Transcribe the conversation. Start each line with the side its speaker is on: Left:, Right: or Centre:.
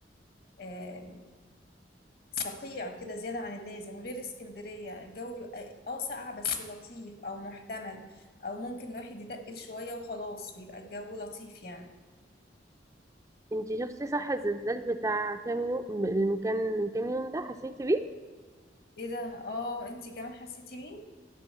Left: آم، صقيع كده زيادة عن اللازم غير اسكندرية الجو يبقى اه ساقع بس لطيف أو محتمل أو ممكن الواحد يتقل شوية وخلاص ويبقى الجو لطيف يعني
Right: انت شفتي صح الزلزال بتاع كام يوم اللي كان من كام يوم ده حسيتي بيه
Left: ايه ده اه انتي كمان حسيتي بيه